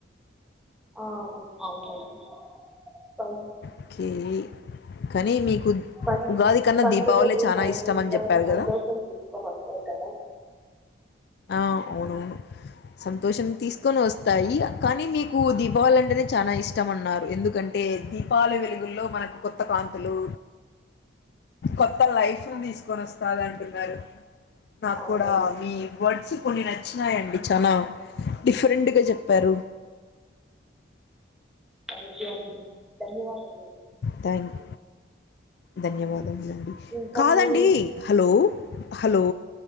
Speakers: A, in the centre; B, on the left.
A: ఆ అవునండి పం
B: ఓకే కానీ మీకు
A: పం
B: ఉగాది కన్నా
A: పండుగలు
B: దీపావళి చాలా
A: మన
B: ఇష్టం
A: జీవితంలో
B: అని చెప్పారు
A: సంతోషం
B: కదా
A: తీసుకొని వస్తాయి కదా
B: ఆ అవునవును సంతోషం తీసుకొని వస్తాయి కానీ మీకు దీపావళి అంటేనే చాలా ఇష్టం అన్నారు ఎందుకంటే దీపావళి వెలుగుల్లో మనకు కొత్త కాంతులు కొత్త లైఫ్ ను తీసుకొని వస్తది అంటున్నారు నాకు
A: అవునండి
B: కూడా మీ కొన్ని నచ్చినాయండి చానా డిఫరెంట్గా చెప్పారు
A: థ్యాంక్ యు అండి ధన్యవాదాలు
B: థాంక్ ధన్యవాద్ ండి
A: ఇంకా
B: కాదండి
A: మీరు
B: హాలో హలో